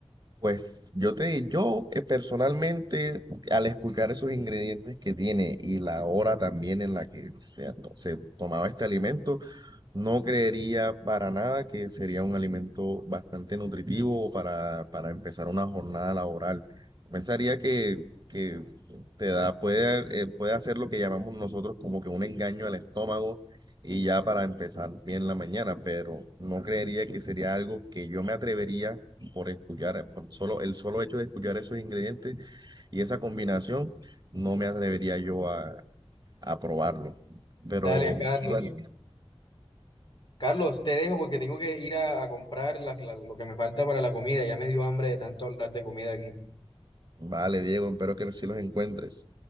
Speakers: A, on the right; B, on the left.
A: Pues yo te, yo eh, personalmente, al escuchar esos ingredientes que tiene y la hora también en la que se, se tomaba este alimento, No creería para nada que sería un alimento bastante nutritivo para, para empezar una jornada laboral. Pensaría que, que te da, puede, eh, puede hacer lo que llamamos nosotros como que un engaño al estómago y ya para empezar bien la mañana, pero no creería que sería algo que yo me atrevería por escuchar, por solo, el solo hecho de escuchar esos ingredientes y esa combinación, no me atrevería yo a, a probarlo. Pero
B: Dale, Carlos.
A: bueno.
B: Carlos, te dejo porque tengo que ir a, a comprar la- la- lo que me falta para la comida. Ya me dio hambre de tanto hablar de comida aquí.
A: Vale, Diego, espero que sí los encuentres.